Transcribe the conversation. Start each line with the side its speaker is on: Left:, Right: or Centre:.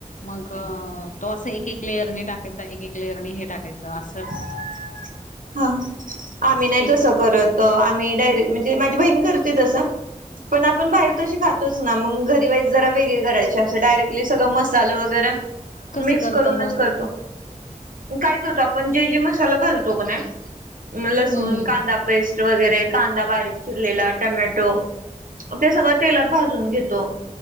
Left: मग तो असं एक एक लेअरने टाकायचा एक एक लेअरने हे टाकायचं असं
Right: <inaudible> हा आम्ही
Left: स्टेप
Right: नाही तसं करत आम्ही डायरेक्ट म्हणजे माझी बहीण करते तसं पण आपण बाहेर तशी खात तोच ना मग घरी वाईस जरा वेगळी करायची असं डायरेक्टली सगळ मसाला वगैरा
Left: कसं
Right: मिक्स
Left: करता
Right: करूनच
Left: मग
Right: करतो काय करतो आपण जे जे मसाला घालतो क नाही लसूण
Left: हम्म
Right: कांदा पेस्ट वगैरे कांदा बारीक चिरलेला टमॅटो ते सगळं तेलात भाजून घेतो